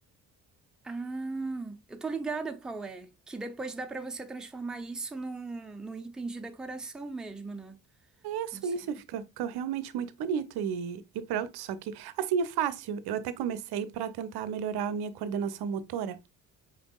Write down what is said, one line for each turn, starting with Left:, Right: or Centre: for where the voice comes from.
Centre: Ah, eu tô ligada qual é. Que depois dá pra você transformar isso num, num item de decoração mesmo, né?
Right: Isso,
Centre: Não sei.
Right: isso, fica, fica realmente muito bonito e, e pronto. Só que assim é fácil. Eu até comecei para tentar melhorar a minha coordenação motora.